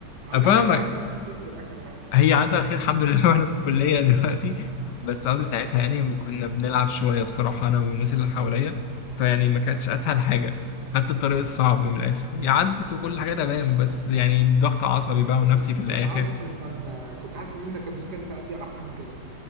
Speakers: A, on the right (about 65°); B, on the left (about 75°).
A: اهم
B: افهمك
A: حاجه ان أنا عدت على خير في الاخر يعني
B: هي عادة على خير الحمد لله <laughs> واحنا في الكلية دلوقتي بس قصدي
A: اه
B: ساعتها يعني ما كنا بنلعب شوية بصراحة انا والناس اللي حواليا فيعني ما كانتش اسهل حاجة خدت الطريق الصعب من الاخر هي عدت وكل حاجة تمام بس يعني ضغط عصبي
A: بس
B: بقى
A: كنت
B: ونفسي في الاخر
A: كنت حاسس ان كان كنت حاسس ان انت كنت ممكن تأدي احسن من كده